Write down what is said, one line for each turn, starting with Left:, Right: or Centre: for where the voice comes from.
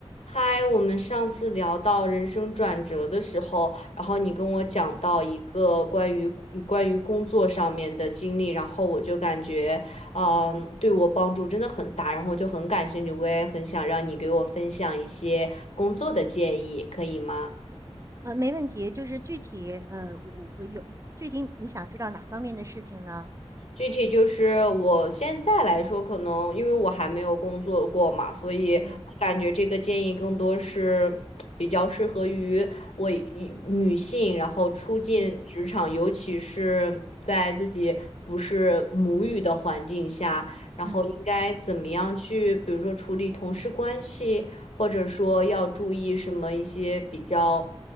Left: 嗨，我们上次聊到人生转折的时候，然后你跟我讲到一个关于关于工作上面的经历，然后我就感觉，嗯，对我帮助真的很大，然后我就很感兴趣，我也很想让你给我分享一些工作的建议，可以吗？
Right: 呃，没问题，就是具体，呃，我我我有具体你想知道哪方面的事情呢？
Left: 具体就是我现在来说，可能因为我还没有工作过嘛，所以我感觉这个建议更多是比较适合于我一女性，
Right: 嗯
Left: 然后初进职场，
Right: 嗯
Left: 尤其是在自己不是母语的环境下，然后应该怎么样去，
Right: 嗯
Left: 比如说处理同事关系，或者说要注意什么一些比较